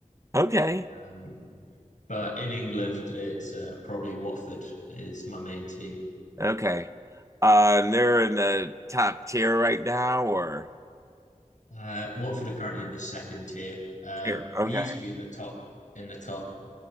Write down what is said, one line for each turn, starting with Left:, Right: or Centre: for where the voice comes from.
Right: okay.
Left: Um, But in England, it's uh, probably Watford is my main team.
Right: Okay. Uh, they're in the top tier right now, or
Left: Uh, Watford are currently in the second tier. Um,
Right: tier. Okay.
Left: we used to be in the top in the top,